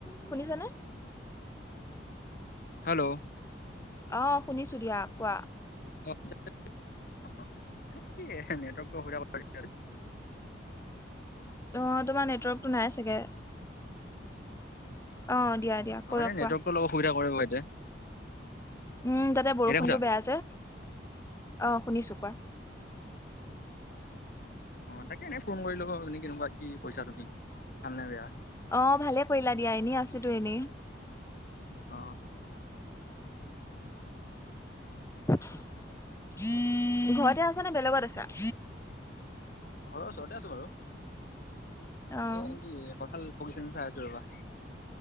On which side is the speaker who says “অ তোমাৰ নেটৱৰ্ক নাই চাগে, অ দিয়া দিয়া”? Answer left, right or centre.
Left